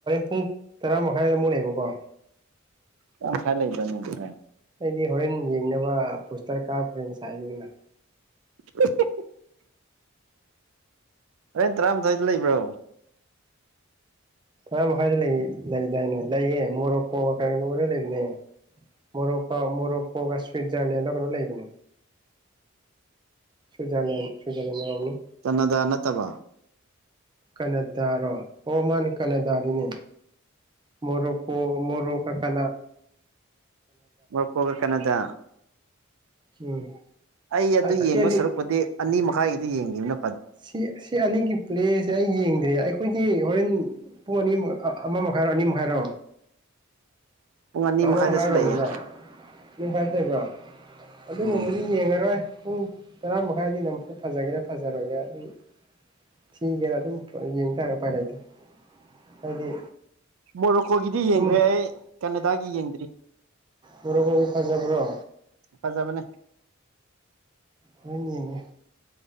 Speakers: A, on the right; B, on the right.
A: ꯄꯨꯡ ꯇꯔꯥ ꯃꯈꯥꯏꯗ ꯑꯃꯨꯛ ꯅꯦꯕꯀꯣ
B: ꯇꯔꯥ ꯃꯈꯥꯏ ꯂꯩꯗꯅꯦ ꯐ
A: ꯗꯤ ꯍꯣꯔꯦꯟ ꯌꯦꯡꯅꯕ ꯕꯨꯁꯇꯔ ꯀꯥꯞꯈ꯭ꯔꯦ ꯉꯁꯥꯏ ꯑꯨꯅ
B: <inaudible> ꯑꯩꯅ ꯇꯔꯥꯃꯊꯏꯗ ꯂꯩꯕ꯭ꯔꯣ
A: ꯇꯔꯥ ꯃꯈꯥꯏꯗ ꯂꯩꯗꯥꯏꯅꯦ ꯂꯩꯌꯦ ꯃꯣꯔꯣꯛꯀꯣ ꯀꯩꯅꯣ ꯂꯔ ꯂꯩꯕꯅꯦ ꯃꯣꯔꯣꯀꯣ ꯃꯣꯔꯣꯀꯣꯒ ꯁ꯭ꯋꯤꯖꯔꯂꯦꯟꯒ ꯀꯩꯅꯣ ꯂꯩꯕꯅꯦ ꯁꯋꯏꯖꯔꯂꯦꯟ ꯁꯋꯏꯖꯔꯂꯦꯟ ꯑꯦꯔꯝꯅꯤ
B: ꯇꯅꯗ ꯅꯠꯇꯕ
A: ꯀꯅꯥꯗꯥꯔꯣ ꯑꯣꯃꯟ ꯀꯅꯥꯗꯥꯔꯤꯅꯦ ꯃꯣꯔꯣꯛꯣ ꯃꯣꯔꯣꯛꯈꯀ
B: ꯋꯥ ꯀꯣꯒ ꯀꯅꯥꯗ
A: ꯎꯝ
B: ꯑꯩ ꯑꯗꯨ
A: ꯑꯁꯤ
B: ꯌꯦꯡꯉ
A: ꯑꯅꯤ
B: ꯁꯔꯨꯛꯄꯗꯤ ꯑꯅꯤ ꯃꯈꯥꯏꯒꯤꯗꯨ ꯌꯦꯡꯈꯤꯕꯅꯣ
A: ꯁꯤ ꯁꯤ ꯑꯅꯤꯒꯤ ꯄ꯭ꯂꯦꯁꯦ ꯑꯩ ꯌꯦꯡꯗ꯭ꯔꯤꯦ ꯑꯩꯈꯣꯏ ꯍꯣꯔꯦꯟ ꯄꯨꯡ ꯑꯅꯤ ꯑꯃ ꯃꯈꯥꯏꯔꯣ ꯑꯅꯤ ꯃꯈꯥꯏꯔꯣ
B: ꯄꯨꯡ ꯑꯅꯤ ꯃꯈꯥꯏꯗꯁꯨ
A: ꯑꯝ ꯍꯥꯏꯔꯣꯝꯃꯤꯗ
B: ꯂꯩꯌꯦ
A: ꯅ ꯐꯥꯏꯕ꯭ꯔꯣ ꯑꯗꯨꯒꯨꯝꯕꯗꯤ
B: ꯎꯝ
A: ꯌꯦꯡꯉꯔꯣꯏ ꯄꯨꯡ ꯇꯔꯥ ꯃꯈꯥꯏꯗꯤ ꯅꯝꯨꯐꯨ ꯐꯖꯒꯦꯔꯥ ꯐꯖꯔꯣꯏꯒꯦꯔ ꯑꯗꯨꯝ ꯊꯤꯒꯦꯔꯥ ꯑꯗꯨꯝ ꯌꯦꯡ ꯇꯔꯦ ꯎꯄꯥꯏ ꯂꯩꯇꯦ ꯍꯥꯏꯗꯤ
B: ꯃꯣꯔꯣꯀꯣꯒꯤꯗꯤ ꯌꯦꯡꯈ꯭ꯔꯦ
A: ꯑꯗꯨꯝ
B: ꯑꯩ ꯀꯅꯥꯗꯥꯒꯤ ꯌꯦꯡꯗ꯭ꯔꯤ
A: ꯃꫭꯔꫭꯀꯣꯒꯤ ꯐꯖꯕ꯭ꯔꯣ
B: ꯐꯖꯕꯅꯦ
A: ꯑꯣꯏꯣꯏꯅꯤꯒ